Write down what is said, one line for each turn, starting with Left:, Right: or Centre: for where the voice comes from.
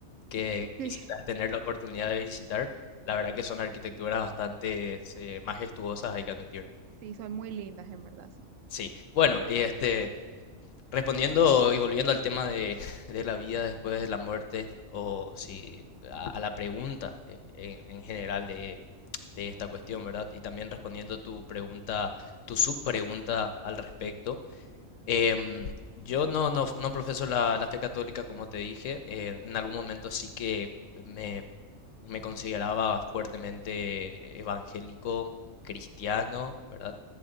Left: que quisieras
Right: sí,
Left: tener la oportunidad de visitar. La verdad que son arquitecturas bastante eh, majestuosas, hay que admitir.
Right: sí, son muy lindas en verdad, sí.
Left: Sí, bueno, y este, Respondiendo y volviendo al tema de, <laughs> de la vida después de la muerte, o si a, a la pregunta eh, en, en general de, de esta cuestión, ¿verdad? Y también respondiendo tu pregunta, tu subpregunta al respecto. em, yo no, no, no profeso la, la fe católica, como te dije. eh, en algún momento sí que me me consideraba fuertemente evangélico, cristiano, ¿verdad?